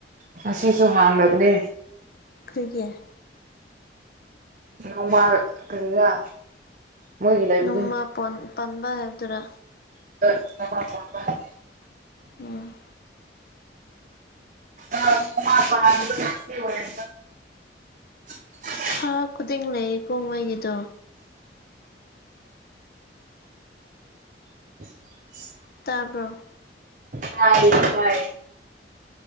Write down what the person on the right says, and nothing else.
ꯉꯁꯤꯁꯨ ꯍꯥꯡꯗꯕꯅꯦ
ꯅꯣꯡꯃꯜ ꯀꯔꯤꯔꯥ ꯃꯣꯏꯒꯤ ꯂꯩꯕꯗꯨ
<unintelligible> ꯅꯣꯡꯃꯥ ꯄꯥꯟꯕ ꯍꯥꯏ
ꯅꯥꯡꯃ ꯄꯟꯕ ꯉꯥꯁꯤ ꯑꯣꯏꯔꯦ <unintelligible> <unintelligible>
<inaudible>
<unintelligible> ꯄꯥꯏ